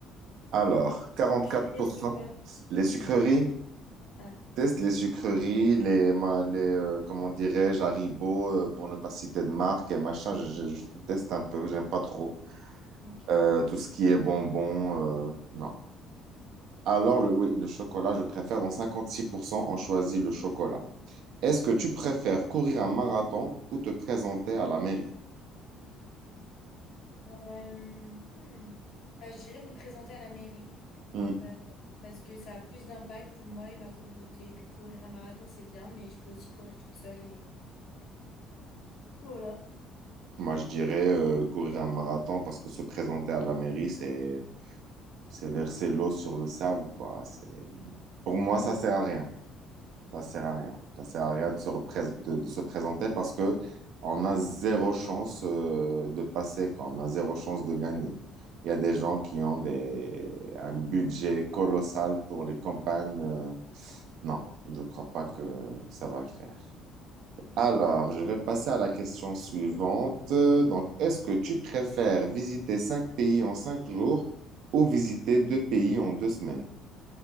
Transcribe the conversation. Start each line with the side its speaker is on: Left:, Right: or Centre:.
Right: Alors, quarante
Left: Tu
Right: quatre
Left: détestes
Right: pour cent
Left: quoi?
Right: Les sucreries,
Left: Ah,
Right: Teste les sucreries, les, ma- les euh, comment dirais-je, Haribo, euh, pour ne pas citer de marque et machin, je, je, je déteste un peu, j'aime pas trop.
Left: oui, ok.
Right: Euh, tout ce qui est bonbons, euh, non. Alors, le, oui, le chocolat, je préfère, dans 56%, on choisit le chocolat. Est-ce que tu préfères courir un marathon ou te présenter à la mairie?
Left: Euh, hmm. Bah, je dirais me présenter à la mairie
Right: Hmm.
Left: euh, parce que ça a plus d'impact pour moi et ma communauté que courir un marathon, c'est bien, mais je peux aussi courir toute seule et voilà.
Right: Moi, je dirais euh, courir un marathon parce que se présenter à la mairie, c'est, c'est verser l'eau sur le sable, quoi. C'est, pour moi, ça sert à rien. Ça sert à rien. Ça sert à rien de se, représ- de, de se présenter parce que on a zéro chance euh, de passer, quoi. On a zéro chance de gagner. Il y a des gens qui ont des, un budget colossal pour les campagnes. euh, non, je crois pas que ça va le faire.
Left: Ok.
Right: Alors, je vais passer à la question suivante. Donc, est-ce que tu préfères visiter cinq pays en cinq jours ou visiter deux pays en deux semaines?